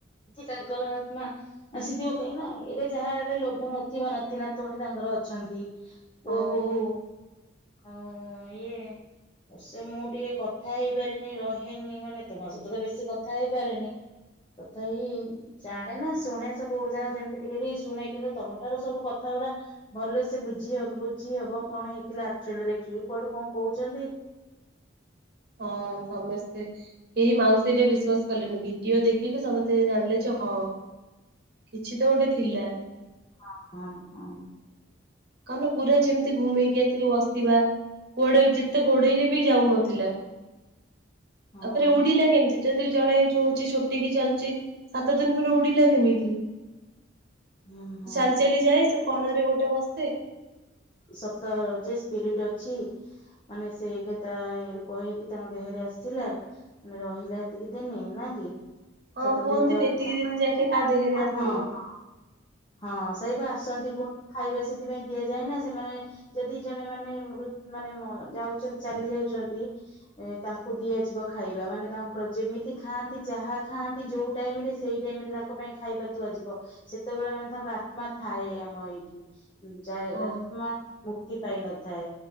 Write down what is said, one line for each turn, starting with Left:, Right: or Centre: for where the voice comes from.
Left: ସେ ତାଙ୍କର ଆତ୍ମା ଆସିଥିବ କାହିଁକି ନା ଏରା ଯାହାହେଲେ ନଥିବ ନାତି, ନାତୁଣୀ ତାଙ୍କର ଅଛନ୍ତି।
Right: ହଁ।
Left: ପୁଅ, ବୋହୁ ଆଉ ଇଏ ସେ ମୁଁ ଟିକେ କଥା ହେଇପାରିନି ରହେନି ମାନେ ତୁମ ସହିତ ତ ବେଶୀ କଥା ହେଇପାରେନି। ତଥାପି ଜାଣେ ନା ଶୁଣେ। ସବୁ ଯାହା ଯେମିତି ଟିକେ ଟିକେ ଶୁଣେ କିନ୍ତୁ ତମ ଠାରୁ ସବୁ କଥା ଗୁଡା ଭଲ ସେ ବୁଝି ବୁଝି ହବ କଣ ହେଇଥିଲା ଆକ୍ଚୁଆଲିରେ କିଏ କୁଆଡୁ କଣ କହୁଛନ୍ତି।
Right: ହଁ ସମସ୍ତେ କେହି ମାଉସୀଟା ବିଶ୍ୱାସ କଲେନି ଭିଡିଓ ଦେଖିକି ସମସ୍ତେ ଜାଣିଲେ ଯେ ହଁ। କିଛି ତ ଗୋଟେ ଥିଲା।
Left: ହଁ ହଁ ହଁ।
Right: କାନ ପୁରା ଯେମିତି ଘୁମେଇକି ଆସିକି ବସିବା। କୁଆଡେ ଯେତେ ଗୋଡ଼େଇଲେ ବି ଯାଉନଥିଲାତାପରେ
Left: ହଁ
Right: ଉଡିଲା କେମିତି? ଯଦି ଜଣେ ଯଉଛି ଛୋଟେଇ କିି ଚାଲିଚି। ସାତ ଦିନି ପରେ ଉଡିଲା କେମିତି?
Left: ହୁଁ ହୁଁ
Right: ଚାଲି ଚାଲି ଯାଏ ସେ କଣ ରେ ଗୋଟେ ବସେ।
Left: ସପ୍ତାହର ଯେ ସ୍ପିରିଟ୍ ଅଛି। ମାନେ ସେ ଏଗେତା ଏ ରୂପ ହେଇକି ତାଙ୍କ ଦେହରେ ଆସିଥିଲା। ମାନେ ରହିଲା ଏତିକି ଦିନି ନା କି।
Right: ହଁ
Left: ସାତ
Right: କୁହନ୍ତିନି
Left: ଦିନି ର <unintelligible>
Right: ଏତିକି ଦିନ ଯାକେ କାଦେହରେ ଆସିବ
Left: ହଁ। ହଁ ସେହିପା ଆସୁଛନ୍ତି କୁ ଖାଇବା ସେଥିପାଇଁ ଦିଆଯାଏ ନା ସେମାନେ ଯଦି ଜଣେ ମାନେ ମୃତୁ ମାନେ ମ ଯାଉଛନ୍ତି ଚାଲି ଯାଉଛନ୍ତି ଏ ତାଙ୍କୁ ଦିଆଯିବ ଖାଇବା ମାନେ ତାଙ୍କ ଯେମିତି ଖାଆନ୍ତି ଯାହା ଖାଆନ୍ତି ଯୋଉ ଟାଇମିରେ ସେଇ ଟାଇମି ରେ ତାଙ୍କ ପାଇଁ ଖାଇବା ତୁଆଯିବ। ସେତେବେଳେ ମାନେ ତାଙ୍କ ଆତ୍ମା ଥାଏଏ ଆମ ଏଇଠି। ଯାଏ
Right: ହଁ
Left: ଆତ୍ମା ମୁକ୍ତି ପାଇନ ଥାଏ।